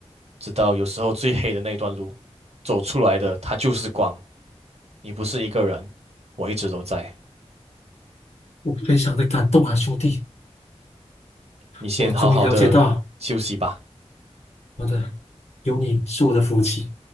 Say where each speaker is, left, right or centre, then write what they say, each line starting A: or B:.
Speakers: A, on the right; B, on the left.
A: 知道，有时候最黑的那段路，走出来的它就是光，你不是一个人，我一直都在。
B: 我非常的感动啊，兄弟，
A: 你先好好的休息吧。
B: 我终于了解到，好的，有你是我的福气。